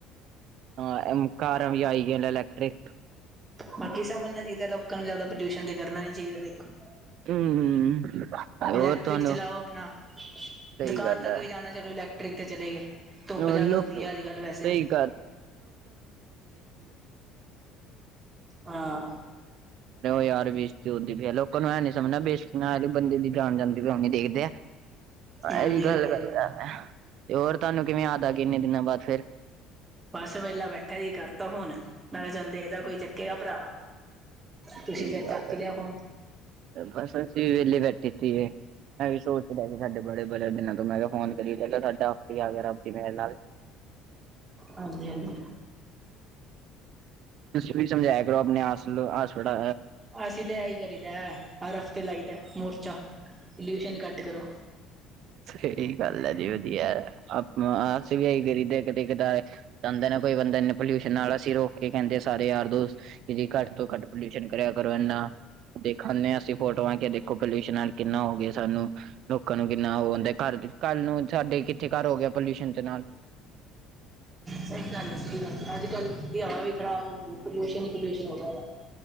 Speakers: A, on the right; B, on the right.
A: ਹਾਂ ਕਾਰਾਂ ਵੀ ਆਈ ਗਈਆਂ ਇਲੈਕਟ੍ਰਿਕ
B: ਬਾਕੀ ਸਮਝਣਾ ਚਾਹੀਦਾ ਲੋਕਾਂ ਨੂੰ ਜ਼ਿਆਦਾ ਪੋਲਿਊਸ਼ਨ ਇੰਜ ਕਰਨਾ ਨੀ ਚਾਹੀਦਾ, ਦੇਖੋ
A: ਹਮ ਹੋਰ
B: ਇਲੈਕਟ੍ਰਿਕ
A: ਤੁਹਾਨੂੰ
B: ਚਲਾਓ। ਆਪਣਾ
A: ਸਹੀ
B: ਦੁਕਾਨ
A: ਗੱਲ
B: ਤੱਕ
A: ਹੈ
B: ਵੀ ਜਾਣਾ ਚਲੋ, ਇਲੈਕਟ੍ਰਿਕ ਤੇ ਚਲੇ ਗਏ। ਧੁੱਪ
A: ਲੋਕ
B: ਜ਼ਿਆਦਾ ਹੁੰਦੀ ਆ ਅੱਜ-ਕੱਲ੍ਹ ਵੈਸੇ ਵੀ
A: <inaudible> ਉਹ
B: ਹਾਂ
A: ਯਾਰ ਬੇਜਤੀ ਹੁੰਦੀ ਪਈ ਆ ਲੋਕਾਂ ਨੂੰ ਐਂ ਨ ਸਮਝਣਾ ਬੇਸਤੀ ਬੰਦੇ ਦਈ ਜਾਣ ਜਾਂਦੇ ਵੀ ਨ ਦੇਖਦੇ ਇਹ
B: ਹਾਂਜੀ
A: ਵੀ ਗੱਲ,
B: ਹਾਂਜੀ
A: ਗੱਲ
B: ਹਾਂਜੀ
A: ਕਰ ਤੇ ਹੋਰ ਤੁਹਾਨੂੰ ਕਿਵੇਂ ਯਾਦ ਆ ਗਈ ਇਨੇ ਦਿਨਾਂ ਬਾਦ ਫਿਰ?
B: ਬਸ ਵੇਲਾ ਬੈਠਾ ਸੀ ਕਰਤਾ ਫੋਨ। ਮੈਂ ਦੇਖਦਾ ਕੋਈ ਚੱਕੇਗਾ ਭਰਾ ਤੁਸੀਂ
A: ਸਹੀ
B: ਫੇਰ
A: ਗੱਲ
B: ਚੱਕ ਹੀ ਲਿਆ ਫੋਨ।
A: ਬਸ ਅਸੀਂ ਵੇਲੇ ਬੈਠੇ ਤੀਗੇ। ਮੈਂ ਵੀ ਸੋਚ ਰਿਹਾ ਸੀ ਤੁਹਾਡੇ ਬਾਰੇ ਬੜੇ ਦਿਨਾਂ ਤੋਂ ਮੈਂ ਕਿਹਾ ਫੋਨ ਕਰੀਏ। ਤੁਹਾਡਾ ਆਪ ਹੀ ਆ ਗਿਆ ਰੱਬ ਦੀ ਮਿਹਰ ਨਾਲ।
B: ਹਾਂਜੀ ਹਾਂਜੀ।
A: ਤੁਸੀ ਵੀ ਸਮਝਾਇਆ ਕਰੋ। ਆਸਰੋ ਥੋੜਾ
B: ਅਸੀਂ ਤਾਂ ਇਹੀ ਕਰੀਦਾ ਹਰ ਹਫ਼ਤੇ ਲਾਈ ਦਾ ਮੋਰਚਾ। ਪੋਲਿਊਸ਼ਨ ਘੱਟ ਕਰੋ।
A: ਸਹੀ ਗੱਲ ਹੈ ਜੀ ਵਧੀਆ, ਆਪਾ ਅਸੀਂ ਵੀ ਆਹੀ ਕਰੀਦੇ ਕਦੀ ਕਦਾਰ ਜਾਂਦਾ ਨਾ ਕੋਈ ਬੰਦਾ ਇਨੇ ਪੋਲਿਊਸ਼ਨ ਨਾਲ ਅਸੀਂ ਰੋਕ ਕੇ ਕਹਿੰਦੇ ਸਾਰੇ ਯਾਰ, ਦੋ ਕਿ ਘੱਟ ਤੋਂ ਘੱਟ ਪੋਲਿਊਸ਼ਨ ਕਰੇਆ ਕਰੋ ਇੰਨਾ। ਦੇਖਾਨੇ ਆ ਅਸੀ ਫੋਟੋਆਂ ਕਿ ਦੇਖੋ ਪਲੀਊਸਨ ਕਿੰਨਾ ਹੋਗਿਆ ਅਜ ਸਾਨੂੰ। ਲੋਕਾਂ ਨੂੰ ਕਿੰਨਾ ਉਹ ਹੁੰਦਾ। ਘਰ ਕੱਲ੍ਹ ਨੂੰ ਸਾਡੇ ਕਿੱਥੇ ਘਰ ਹੋ ਗਿਆ ਪੋਲਿਊਸ਼ਨ ਦੇ ਨਾਲ <inaudible>
B: ਸਹੀ ਗੱਲ ਹੈ ਸਹੀ ਗੱਲ ਅੱਜ ਕੱਲ ਦੀ ਹਵਾ ਵੀ ਖ਼ਰਾਬ ਹੋ ਗਈ ਹੈ ਪੋਲਿਊਸ਼ਨ ਹੀ ਪੋਲਿਊਸ਼ਨ ਹੋ ਗਿਆ